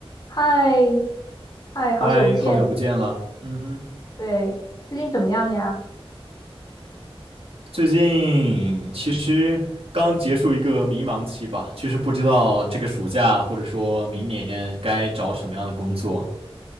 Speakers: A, on the left; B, on the right.
A: 嗨，嗨，
B: 嗨，
A: 好久不见，
B: 好久不见了。嗯，
A: 对，最近怎么样呀？
B: 最近其实刚结束一个迷茫期吧，其实不知道这个暑假或者说明年该找什么样的工作。